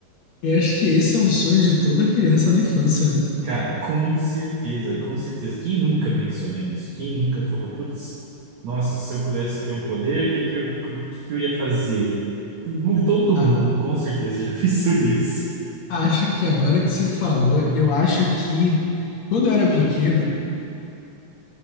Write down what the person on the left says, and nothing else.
eu acho que esse é um sonho de toda criança na infância, né?
A-
acho que agora que você falou, eu acho que quando eu era pequeno,